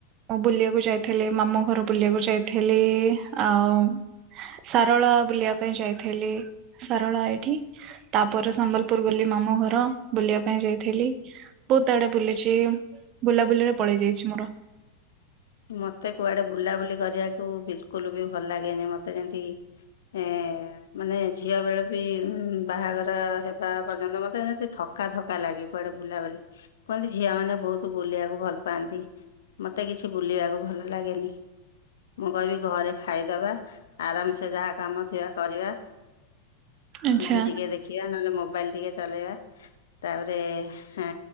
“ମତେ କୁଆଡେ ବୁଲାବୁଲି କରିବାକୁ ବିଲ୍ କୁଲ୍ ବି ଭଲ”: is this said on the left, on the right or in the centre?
Left